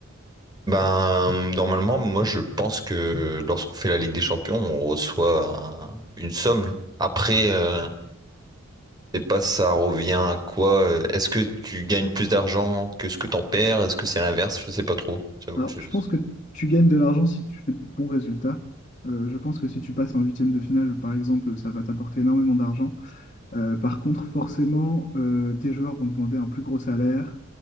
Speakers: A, on the right; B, on the left.
A: Ben normalement, moi je pense que lorsqu'on fait la Ligue des Champions, on reçoit un- une somme. Après, euh, je sais pas ça revient à quoi. euh, Est-ce que tu gagnes plus d'argent que ce que t'en perds? Est-ce que c'est l'inverse? Je sais pas trop. J'avoue,
B: Alors,
A: je...
B: je pense que tu gagnes de l'argent si tu fais de bons résultats. Euh, je pense que si tu passes en huitième de finale, par exemple, ça va t'apporter énormément d'argent. Euh, par contre, forcément, euh, tes joueurs vont demander un plus gros salaire.